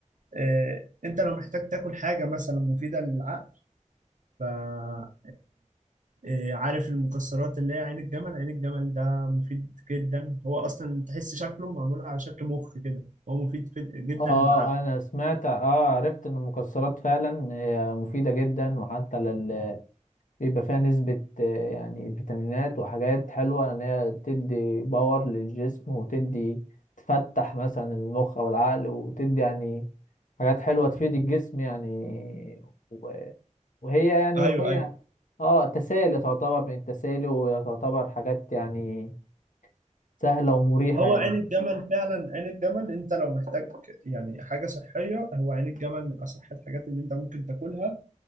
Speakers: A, on the right; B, on the left.
A: آه، انت لو محتاج تاكل حاجة مثلا مفيدة للعقل ف آه، آه، عارف المكسرات اللي هي عين الجمل عين الجمل ده مفيد جدا هو اصلا تحس شكله معمول على شكل مخ كده هو مفيد في- جدا
B: اه
A: للعقل
B: انا سمعت اه عرفت ان المكسرات فعلا هي مفيدة جدا وحتى لل بيبقى فيها نسبة آه، يعني فيتامينات وحاجات حلوة ان هي تدي باور للجسم وتدي تفتح مثلا المخ او العقل وتدي يعني حاجات حلوة تفيد الجسم يعني و- وهي يعني
A: ايوه
B: وهي
A: ايوه
B: اه تسالي تعتبر من التسالي وتعتبر حاجات يعني سهلة ومريحة
A: هو
B: يعني
A: عين الجمل فعلا عين الجمل انت لو محتاج يعني حاجة صحية هو عين الجمل من اصح الحاجات اللي انت ممكن تاكلها